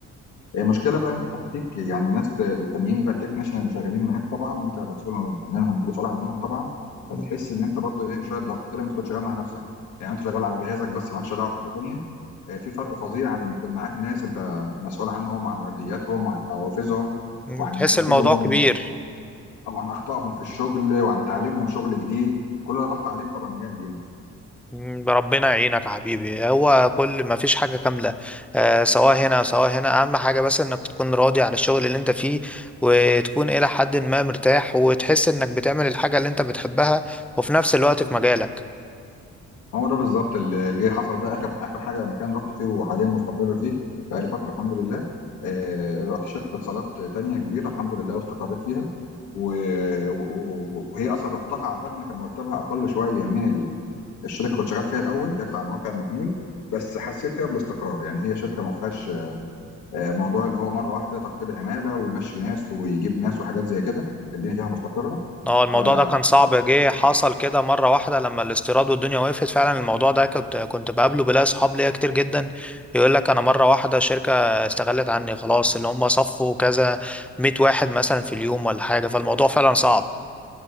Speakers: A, on the left; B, in the centre.
A: هي مشكله بقى إن انت تحتيك يعني ناس الفنيين بقى التكنيشن اللي شغالين معاك طبعا انت مسؤول عنهم مسؤول عنهم طبعا فبتحس
B: م-
A: ان انت برضو ايه بشويه ضغط كده لما تكون شغال مع نفسك يعني انت شغال على جهازك بس مالكش دعوه بحاجه تانيه آه، في فرق فظيع على لما يكون معاك ناس انت مسؤول عنهم وعن وردياتهم وعن حوافزهم
B: م.
A: وعن
B: تحس
A: مشاكلهم
B: الموضوع كبير
A: او عن اخطائهم في الشغل وعن تعليمهم شغل جديد كل ده ضغط عليك طبعا جامد يعني
B: مم، ربنا يعينك يا حبيبي هو كل ما فيش حاجة كاملة آه سواء هنا سواء هنا أهم حاجة بس إنك تكون راضي عن الشغل اللي أنت فيه وتكون إلى حد ما مرتاح وتحس إنك بتعمل الحاجة اللي أنت بتحبها وفي نفس الوقت في مجالك
A: هو ده بالظبط اللي جه حصل بقى اخر اخر حاجه مكان رحت فيه وحاليا مستقر فيه بقى لي فتره الحمد لله آه رحت شركه اتصالات تانية كبيره الحمد لله واستقريت فيها و... و... وهي اصلا رحتها على الرغم كان مرتبها اقل شويه من ال... الشركه اللي كنت شغال فيها الاول ده بتاع مواقع المحمول بس حسيت فيها بالاستقرار يعني هي شركه ما فيهاش آه، موضوع اللي هو مره واحده تخفيض عماله ويمشي ناس ويجيب ناس وحاجات زي كده الدنيا فيها مستقره
B: اه الموضوع
A: فاخترت
B: ده كان صعب جه
A: الاستقرار
B: حصل كده مرة واحدة لما الاستيراد والدنيا وقفت فعلا الموضوع ده كنت كنت بقابله بلاقي أصحاب ليا كتير جدا يقول لك أنا مرة واحدة شركة استغلت عني خلاص اللي هم صفوا كذا 100 واحد مثلا في اليوم ولا حاجة فالموضوع فعلا صعب